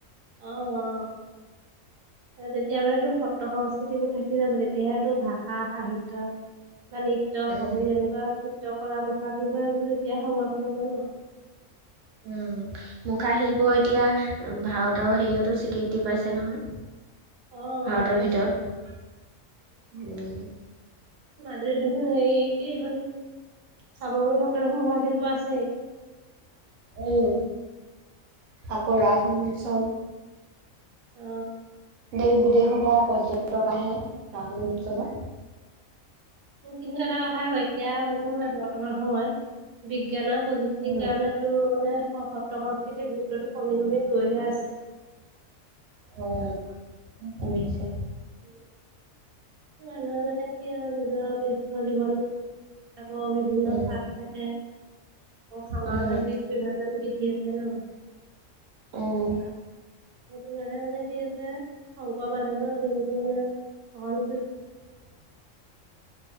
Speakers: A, on the right; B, on the right.
A: অ অ তেতিয়া মানে তো সত্ৰ সংস্কৃতিবোৰ থাকি যাব তেতিয়া তোৰ ভাষা সাহিত্য বা নৃত্য
B: নহয়
A: সংগীত
B: উম
A: এনেকুৱা নৃত্ কলা মুখা খেল সেইবোৰতো এতিয়া সংৰক্ষণ হ'ব ন।
B: উম মুখা শিল্প এতিয়া ভাৰতৰ হেৰিয়াতো স্বীকৃতি পাইছে নহয়।
A: অ
B: ভাৰতৰ
A: পাইছে
B: ভিতৰত উম
A: মাজুলীত দেখোন হেৰি কি এখন চামগুৰী সত্ৰৰ মহা শিল্প আছে।
B: উম আকৌ ৰাজ
A: উম।
B: মহোৎসৱ।
A: অ।
B: সেই বিদেশৰ পৰা পৰ্যটক আহে ব্ৰাহ্মণ উৎসলত
A: কিন্তু এটা কথা আৌ এতিয়া মানে বৰ্তমান সময়ত বিজ্ঞান আৰু প্ৰযুক্তিৰ
B: উম,
A: কাৰণেতো
B: উম,
A: মানে <unintelligible> সেইতো গুৰুতটো কমি কমি গৈহে আছে।
B: অ বহুত কমিছে।
A: উ। মানুহে মানে কি হয় নিজৰ ব্যয়স্ত জীৱন আকৌ বিভিন্ন
B: উম,
A: চাট থাকে সামাজিক
B: উম,
A: বিভাজান বৃদ্ধি আছে ন।
B: উম,
A: সেইটো কাৰণে মানে কি আছে শংকৰ মাধৱৰ যোনটো মানে সন